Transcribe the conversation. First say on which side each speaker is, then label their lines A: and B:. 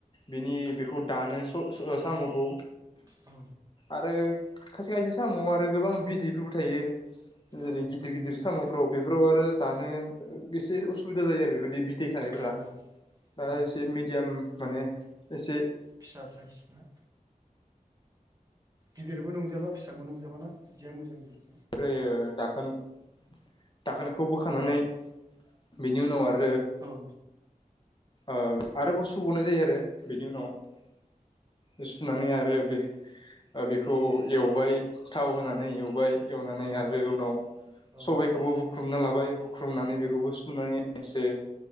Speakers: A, on the left (about 35°); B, on the right (about 25°).
A: बिनि बेखौ दानो स-स-साम'खौ
B: औ
A: आरो खायसे-खायसे साम'आव आरो गोबां बिदैफोरबो थायो जेरै
B: औ
A: गिदिर-गिदिर साम'फ्राव बेफोराव आरो जानो एसे उसुबिदा जायो आरो बेफोरबायदि बि दै थानायफोरा
B: औ औ
A: ओ‌एसे मिडियाम माने एसे
B: फिसा सायस ना गिदिरबो नंजोबा फिसाबो नंजोबाना बिदिया मोजां जायो।
A: ओमफ्रायो दाखोन-दाखोनखौ बोखानानै
B: औ
A: बेनि उनाव आरो
B: औ
A: ओ आरोबाव सुबावनाय जायो आरो बेनि उनाव सुनानै आरो बे ओ बेखौ एवबाय थाव होनानै एवबाय एवनानै
B: औ
A: आरो उनाव
B: उम
A: सबायाइखौबो हुख्रुबना लाबाय हुख्रुबनानै बेखौबो सोमनानै एसे